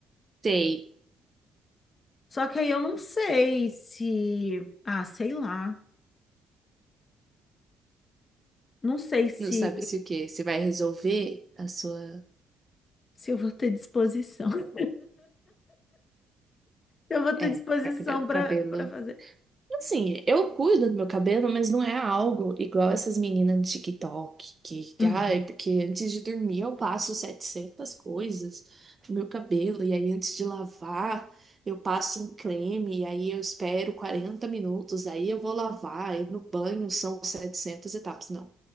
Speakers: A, on the right; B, on the left.
A: Sei.
B: Só que aí eu não sei se, ah, sei lá, não sei se
A: Não sabe se o quê? Você vai resolver a sua.
B: se eu vou ter disposição. <laughs> Eu vou ter
A: É,
B: disposição
A: pra cuidar do
B: para
A: cabelo.
B: para fazer.
A: Assim, eu cuido do meu cabelo, mas não é algo igual essas meninas de TikTok, que, que,
B: Uhum,
A: ai, porque antes de dormir eu passo 700 coisas no meu cabelo, e aí antes de lavar eu passo um creme, e aí eu espero 40 minutos, aí eu vou lavar, e no banho são 700 etapas. Não,